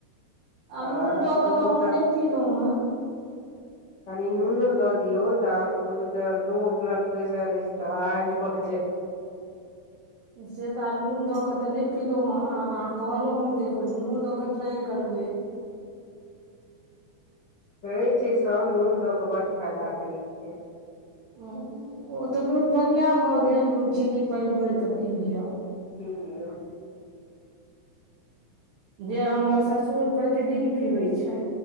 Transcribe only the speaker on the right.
आब
नून दऽ
कऽ तऽ हम नहि पीलहुँ हेँ
से तऽ आब नून दऽ कऽ तऽ नहि पीलहुँ हेँ आब अहाँ कहलहुँ हेँ तऽ नूनो दऽ कऽ ट्राइ करबै
हँ ओ तऽ नून पनिया भऽ गेल नून चीन्नी पानि घोरि कऽ पी लिअ
जे हमर ससुर प्रतिदिन पीबै छथि